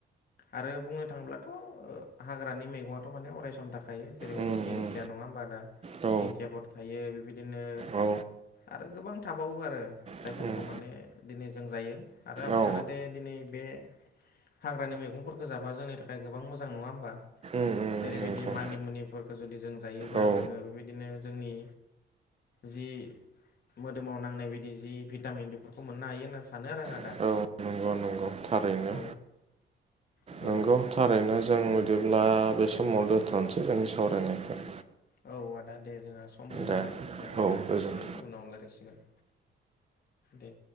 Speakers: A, on the left; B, on the right.
A: आरो बुंनो थाङोब्लाथ' हाग्रानि मैगङाथ' माने अरायसम थाखा थायो। जेरैबायदि
B: उम
A: दिंखिया
B: उम
A: नङा होमबा आदा
B: औ
A: दिंखियाफोर थायो। बेबायदिनो
B: औ
A: आरो गोबां थाबावो आरो जायफोरखौ
B: उम
A: माने दिनै जों जायो। आरो आं
B: औ
A: सानोदे दिनै बे हाग्रानि मेगंफोरखो जाबा जोंनि थाखाय गोबां मोजां नङा होमबा?
B: औ उम
A: जेरैबायदि
B: नंगौ
A: मानिमुनिफोरखौ जुदि जों जायोबा
B: औ
A: जोङो बेबायदिनो जोंनि जि मोदोमाव नांनाय बायदि जि भिटामिन बेफोरखौ मोननो हायो होनना सानो आरो आं आदा।
B: औ नंगौ नंगौ थारैनो।
A: औ औ
B: नंगौ थारैनो जों बिदिब्ला बे समाव दोन्थ'नोसै जोंनि सावरायनायखो।
A: औ आदा दे जोंहा समबो जाबाय
B: दे
A: जोङो
B: औ
A: दोनथ'नोसै
B: गोजोन्थों
A: उनाव लायरायसिगोन। दे।